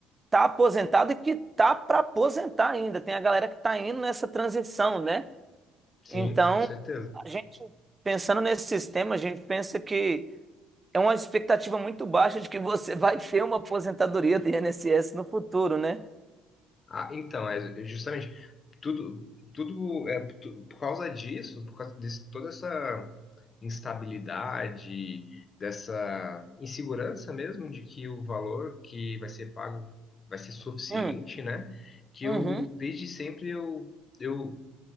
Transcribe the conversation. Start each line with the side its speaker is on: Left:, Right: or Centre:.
Right: tá aposentado e que tá para aposentar ainda. Tem a galera que tá indo nessa transição, né?
Left: Sim,
Right: Então,
Left: com certeza.
Right: a gente pensando nesse sistema, a gente pensa que é uma expectativa muito baixa de que você <laughs> vai ter uma aposentadoria do INSS no futuro, né?
Left: Ah, então, é justamente tudo, tudo é tu- por causa disso, por causa de toda essa instabilidade, dessa insegurança mesmo de que o valor que vai ser pago vai ser suficiente,
Right: Hum,
Left: né? Que
Right: uhum.
Left: eu desde sempre eu eu